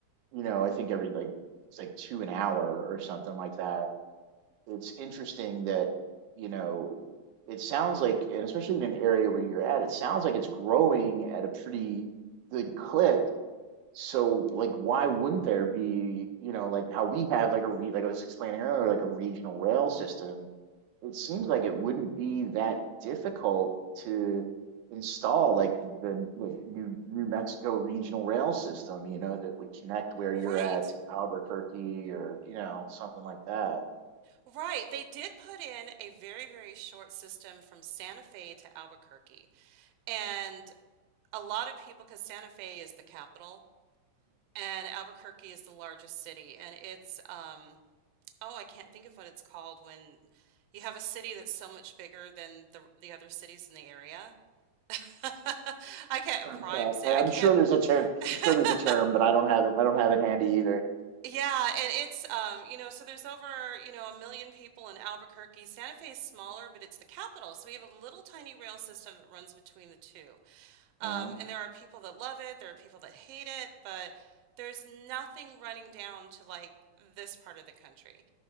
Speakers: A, on the right (about 80°); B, on the right (about 65°).
A: You know, I think every like it's like two an hour or something like that. it's interesting that you know it sounds like and especially in an area where you're at it sounds like it's growing at a pretty good clip so like why wouldn't there be you know like how we have like a re- like I was explaining earlier like a regional rail system it seems like it wouldn't be that difficult to install like the, the New New Mexico regional rail system you know that would connect where you're
B: Right.
A: at to Albuquerque or you know something like that
B: Right. They did put in a very, very short system from Santa Fe to Albuquerque. And a lot of people, because Santa Fe is the capital and Albuquerque is the largest city, and it's um oh, I can't think of what it's called when you have a city that's so much bigger than the the other cities in the area. <laughs> I can't
A: Uh,
B: prime
A: Yeah,
B: say
A: I,
B: I
A: I'm
B: can't.
A: sure there's a term.
B: <laughs>
A: I'm sure there's a term, but I don't have it. I don't have it handy either.
B: Yeah, and it's um, you know, so there's over, you know, a million people in Albuquerque. Santa Fe is smaller, but it's the capital, so we have a little tiny rail system that runs between the two.
A: Mm,
B: Um, and there are people that love it, there are people that hate it, but there's nothing running down to like this part of the country.